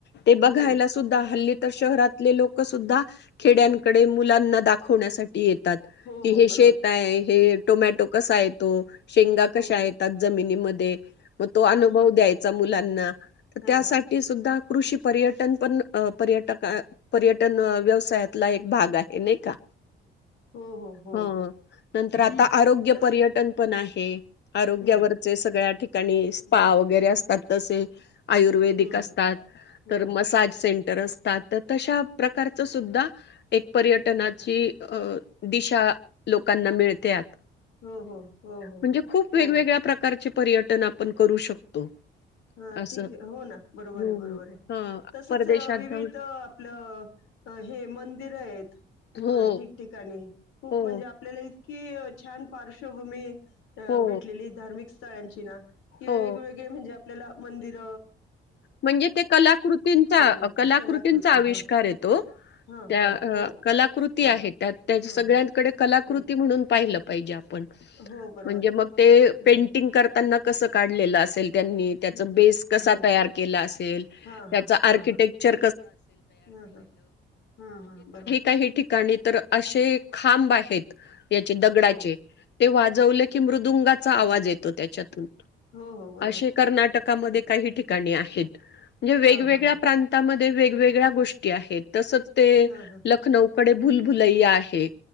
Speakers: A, on the left; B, on the left.
A: ते बघायला
B: हो,
A: सुद्धा हल्ली. तर शहरातले लोक सुद्धा खेड्यांकडे मुलांना दाखवण्यासाठी येतात
B: हो,
A: की
B: हो.
A: हे
B: बरोबर.
A: शेत आहे हे. टोमॅटो कसा येतो. शेंगा कशा
B: हो बरो
A: येतात जमिनीमध्ये ते मग तो अनुभव
B: हां हां
A: द्यायचा मुलांना तर
B: हां
A: त्यासाठी
B: हां
A: सुद्धा कृषी पर्यटन पण पर्यटक पर्यटन व्यवसायात आपला एक भाग आहे नाही का
B: हो हो हो
A: हा नंतर
B: हो
A: आता आरोग्य
B: तसच
A: पर्यटन पण आहे. एक आरोग्यावरचे
B: हम्म
A: सगळ्या ठिकाणी स्पा
B: हम्म
A: वगैरे असतात. तसे आयुर्वेदिक
B: हम्म
A: असतात
B: हो
A: तर मसाज सेंट. तर असतात तर तशा प्रकारच सुद्धा एक पर्यटनाची अ दिशा लोकांना मिळते.
B: हो हो हो हो
A: म्हणजे खूप
B: हो
A: वेगगळ्या प्रकार पर्यटन आपण करू शकतो.
B: हा
A: असं
B: ठीक आहे हो ना बरोबर
A: हम्म
B: आहे, बरोबर आहे
A: हा
B: तसच
A: परदेशात
B: विविध
A: जाऊ
B: आपलं हे म तिरेत.
A: हो
B: ह ठिकठिकाणी. खूप
A: हो
B: म्हणजे आपल्याला. कि छान पार्श्वभूमी. अ
A: हो
B: भेटलेली धार्मिक. ळ्यांची ना. कि
A: हो
B: क म्हणजे <unintelligible> आपल्याला मंदिर.
A: म्हणजे ते कलाकृतींचा
B: मिळतं
A: कलाकृतींचा
B: कलाकृती
A: आविष्कार
B: हा
A: येतो,
B: हां,
A: त्या
B: हां. हो.
A: कलाकृती
B: हां,
A: आहे, त्या त्या
B: हां,
A: सगळ्यांकडे
B: हां,
A: कलाकृती
B: हां.
A: म्हणून पाहिलं. पऐजा.
B: हो, बरोबर,
A: म्हण म पें
B: बरोबर.
A: <unintelligible> कसं काढलेलं असेल. त्यांनी त्याचा
B: हं.
A: बेस कसा
B: हो.
A: तयार. म्हण
B: हां, हां,
A: का
B: हां, हां. हां, हां. हां, हां. बरोबर.
A: का ठ <unintelligible> णी तर असे खांब आहेत <unintelligible> याचे दगडाचे.
B: हो.
A: ते वाजवले की मृदुंगाचा आवाज येतो त्याच्यातून.
B: हो, हो. बरोबर.
A: असे कर्नाटकामध्ये
B: हं.
A: काही ठिका करणे आहे. वेग
B: हां,
A: वेगळ्या
B: हां, हां.
A: प्रांता म. <unintelligible> वेगवेगळ्या गोष्टी आहेत तसच. ते
B: हां, हां.
A: लखनऊ. बडे भुलभुल आहे.